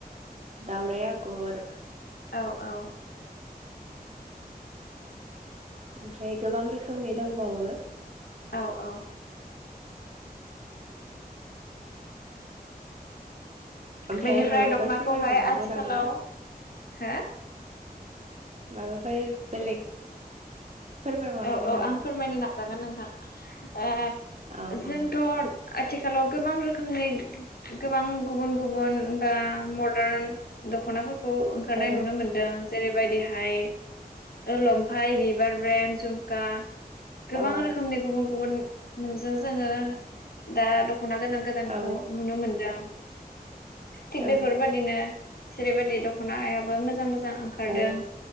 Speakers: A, on the right; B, on the left.
A: दावराय आगर
B: औ औ
A: ओमफ्राय गोबां रोखोमनि दंबावो
B: औ औ।
A: ओमफ्राय
B: बेनिफ्राय
A: माबाफोर
B: दख'नाखौहाय
A: फोरमायबावनांगौ
B: आथिखालाव
A: नामा
B: हो?
A: माबाफोर बेलेग फोरमायबावनांगोन
B: औ औ
A: नामा
B: आं फोरमायनो नाजागोन नोंथां। ओ
A: अ अ
B: ोंथ' आथिखालाव गोबां रोखोमनि गोबां गुबुन गुबुन बा मदार्न दख'नाफोरखौ खौ ओंखारनाय
A: औ
B: नुनो मोनदों। जेरैबायदिहाय लंफाय, बिबार ब्रेन्ड झुमका गोबां
A: अ औ
B: रोखोमनि गुबुन गुबुन नोंजों जोङो दा दख ख'ना गोदान गोदानखौ
A: औ
B: नुनो मोनदों। थिग
A: औ
B: बेफोरबादिनो जेरैबायदि दख'नायाबो मोजां मोजां जां ओंखारदों।
A: औ